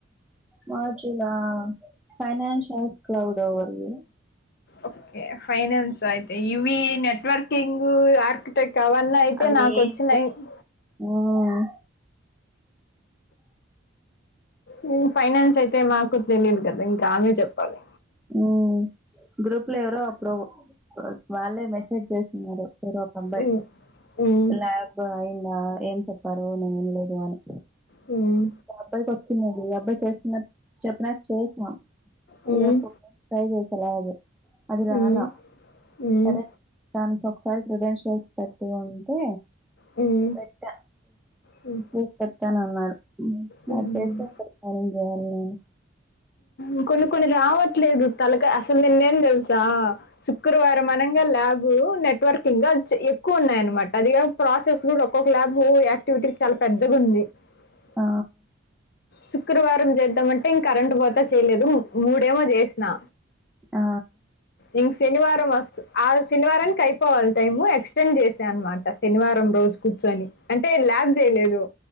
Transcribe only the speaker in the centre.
మాజిలా financial cloud overview
అవి
ఏం లేవ్
మ్మ్
ఉ గ్రూప్ లో ఎవరో ఒకరు వాళ్ళే మెసేజ్ చేస్తున్నారు ఎవరో అబ్బాయి
ల్యాబ్ అయిందా ఏం చెప్పారు నేను వినలేదు అని
అబ్బాయికి వచ్చిందండి అబ్బాయి చేస్తున్నట్ చెప్పినట్ చేసినా త్రీ
ఆర్ ఫోర్ టైమ్స్ ట్రై చేశా లాబ్ అది
రాలా
సరే
దానికి ఒకసారి క్రిడెన్షియల్స్ పెట్టు అంటే
పెట్ట
తీస్ పెట్టానన్నాడు
అది చేసే అక్కడ పనులు చేయాలి నేను
ఆ
ఆ